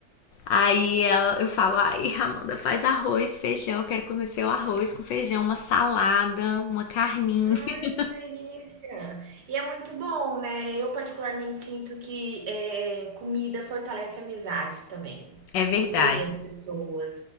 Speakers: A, on the left; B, on the right.
A: Aí ela, eu falo, ai, Amanda, faz arroz, feijão, eu quero comer seu arroz com feijão, uma salada, uma carninha.
B: Ai,
A: <laughs>
B: que delícia! E é muito bom, né? Eu particularmente sinto que é comida fortalece amizades também,
A: É verdade.
B: une as pessoas.